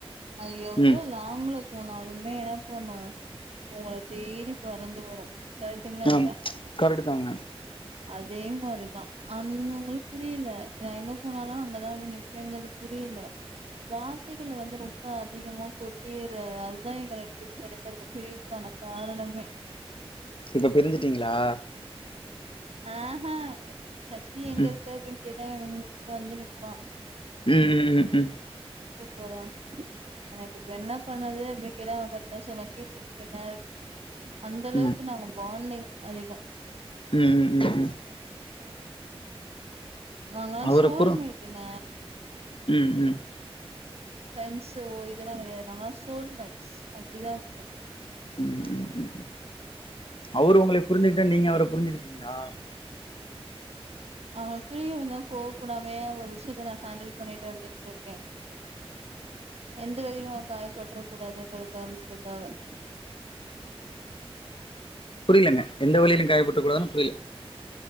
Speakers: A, on the right; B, on the left.
A: அது எவ்ளோ
B: ம்
A: லாங்ல போனாலுமே என பண்ணு உங்களுக் தேடி பறந்து வரு கரெக்டுங்களா
B: அ
A: இல்லையா
B: ம் கரெட்டு தாங்க
A: அதே மாரி தா அன்னு உங்குளுக் புரியில நா எங்க போனாலு அங்கதா வந்து நிப் எங்களுக் புரியில வார்த்தைகள் வந்து ரொம்ப அதிகமா கொட்டி அது அதுதா எங்க ரெண்டு பேதுக்கு எடையில ருக்க பிரிவுக்கான அ காரணமே
B: இப்ப பிரிஞ்சிட்டீங்ளா
A: அ ஹ சக்தி எங்கருக்க
B: ம்
A: அப்டின் கேட்டா எங் வந்து நிப்பா
B: ம் ம் ம் ம்
A: அப்பறோ எனக்கிப்ப என்ன பண்ணது அப்டின் கேட்டா அவ கர்டா சொன்னா கீர்த்திக் ஃப்ரெண்டா இருக்கு அந்த அளவுக்கு
B: ம்
A: நாங்க பாண்டிங் அதிகோ
B: ம் ம் ம் ம்
A: நாங்கெல்லா
B: அவர
A: சோல்மேட்டுங்க
B: புரு ம் ம்
A: ஃப்ரெண்ஸோ இதெல்லா கெடையாது நாங்கெல்லா சோல்மேட்ஸ் அப்டிதாருப்போ
B: ம் ம் ம் ம் அவுரு உங்களை புரிஞ்சுகிட்ட நீங்க அவர புரிஞ்சுக்கிட்டீங்ளா
A: அவனுக் புரியுனுன் தா கோவப்படாம்யே ஒரு விஷ்யத்த நா ஹேண்டில் பண்ணிட்டு வந்துட்ருக்கே எந்த வகைல்யு அவே காயப்பட்றக் கூடாதுங்கிற கார்ணத்துக்காக
B: புரிலென்ன எந்த வழியிலு காயப்பட்றக் கூடாதுன்னா புரில